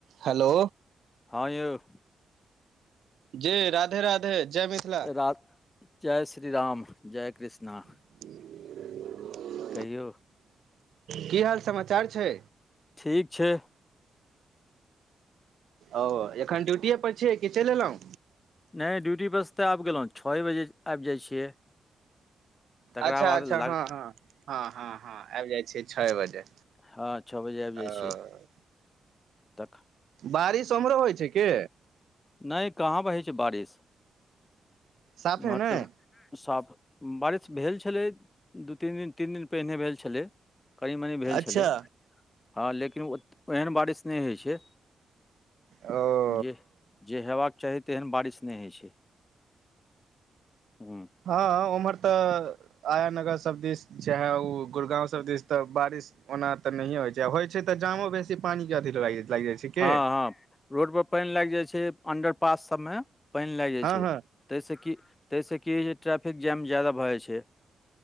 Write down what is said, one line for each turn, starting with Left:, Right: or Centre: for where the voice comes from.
Right: Hello
Left: हँ यौ
Right: जी राधे राधे जय मिथिला
Left: <unintelligible> जय श्री राम जय कृष्णा
Right: <inaudible>
Left: कहियौ
Right: की हाल समाचार छै
Left: ठीक छै
Right: ओ एखन ड्यूटीए पर छियै कि चलि एलहुँ
Left: नहि ड्यूटी बस तऽ आबि गेलहुँ छए बजे आबि जाइ छियै तकरा
Right: अच्छा
Left: बाद
Right: अच्छा
Left: लग
Right: हँ हँ हँ हँ हँ आबि जाइ छीये छए बजे
Left: हँ छ बजे आबि जाइ
Right: ओ
Left: छियै तखन
Right: बारिश आमहरो होइ छै की
Left: नहि कहाँ पर होइ छै बारिश
Right: साफे
Left: इमर
Right: नहि
Left: तऽ साफ बारिश भेल छलै दू तीन दिन तीन दिन पहिने भेल छलै कनी मनी भेल
Right: अच्छा
Left: छलै हँ लेकिन ओहन बारिश नहि होइ छै
Right: ओ
Left: जे जे होयबाक चाही तेहन बारिश नहि होइ छै हू
Right: हँ उम्हर तऽ आया नगर सब दिस चाहे ओ गुड़गाँव सब दिस तऽ बारिश ओना तऽ नहिय होइ छै होय छै तऽ जामो बेसी पानी के अथी लागि जाइ छै की
Left: हँ हँ रोडपर पानि लागि जाइ छै अंडर पास सभमे पानि लागि जाइ
Right: हँ
Left: छै
Right: हँ
Left: ताहिसँ कि ताहिसँ की हो ट्रैफिक जाम ज्यादा भऽ जाइ छै